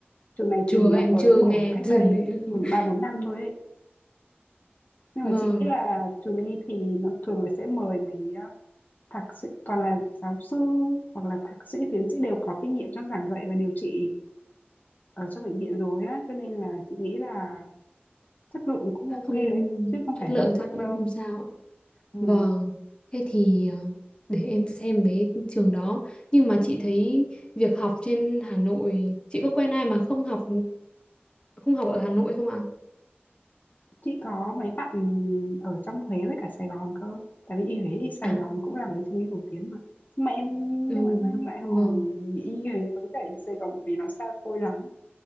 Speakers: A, on the left (about 45°); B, on the left (about 25°).
A: Trường này
B: Chưa
A: thì nó
B: em
A: mới
B: chưa
A: mở
B: nghe
A: cách
B: trường
A: đây
B: đấy.
A: từ
B: <laughs>
A: 3 4 năm thôi ấy. nhưng
B: Vâng,
A: mà chị nghĩ là trường y thì nó thường là sẽ mời mấy ờ, thạc sĩ toàn là giáo sư hoặc là thạc sĩ tiến sĩ đều có kinh nghiệm trong giảng dạy và điều trị ở trong bệnh viện rồi á cho nên là chị nghĩ là chất lượng cũng
B: chắc
A: ok
B: không
A: đấy chứ không
B: chất
A: phải
B: lượng
A: lăng tăng
B: chắc cũng
A: đâu
B: không sao ạ.
A: ừ.
B: Vâng, thế thì ờ, để em xem mấy trường đó. Nhưng mà chị thấy việc học trên Hà Nội, chị có quen ai mà không học không học ở Hà Nội không ạ?
A: chị có mấy bạn ở trong Huế với cả Sài Gòn cơ tại vì y Huế y Sài
B: À,
A: Gòn cũng là mấy trường y nổi tiếng mà mà em
B: ừ,
A: nhưng mà sao em lại hỏi
B: vâng,
A: y Huế với cả y Sài Gòn bởi vì nó xa xôi lắm